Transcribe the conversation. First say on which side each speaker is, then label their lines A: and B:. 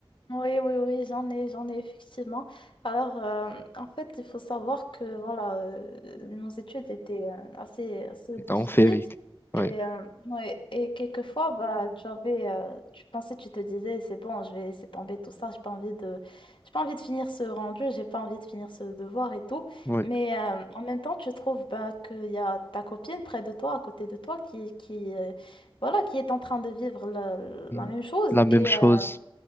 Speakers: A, on the left; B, on the left.
A: Oui, oui, oui, j'en ai, j'en ai effectivement. Alors, euh, en fait, il faut savoir que voilà, euh, nos études étaient euh, assez, assez difficiles.
B: En féerique. Oui,
A: Et, euh, ouais, et quelquefois, bah, tu avais, euh, tu pensais, tu te disais, c'est bon, je vais laisser tomber tout ça, j'ai pas envie de, j'ai pas envie de finir ce rendu, j'ai pas envie de finir ce devoir et tout.
B: oui.
A: Mais euh, en même temps, tu trouves bah, qu'il y a ta copine près de toi, à côté de toi, qui, qui, euh, voilà, qui est en train de vivre la, la
B: Mm.
A: même chose.
B: La même
A: Et,
B: chose.
A: euh,